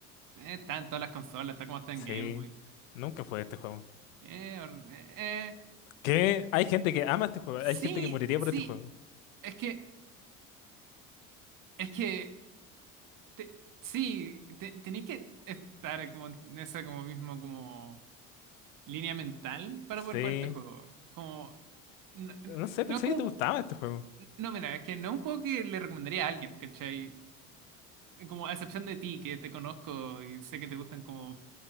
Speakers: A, on the right; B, on the left.
A: Eh, está en todas las consolas, está como está en
B: Sí,
A: Game Boy.
B: nunca jugué este juego.
A: Eh, or- eh, eh,
B: Que hay gente que ama este juego,
A: sí,
B: hay gente que moriría
A: sí.
B: por este juego.
A: Es que, es que, te- sí, te- tenéis que estar como en esa como mismo como línea mental para
B: Sí,
A: poder jugar este juego. Como no, no-
B: no sé,
A: no
B: pensé
A: es como
B: que te gustaba este juego.
A: No, mira, es que no es un juego que le recomendaría a alguien, ¿cachai? Como a excepción de ti, que te conozco y sé que te gustan como